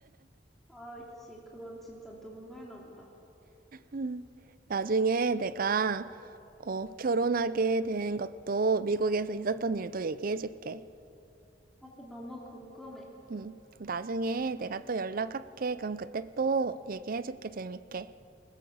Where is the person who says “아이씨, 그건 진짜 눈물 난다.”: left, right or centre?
Centre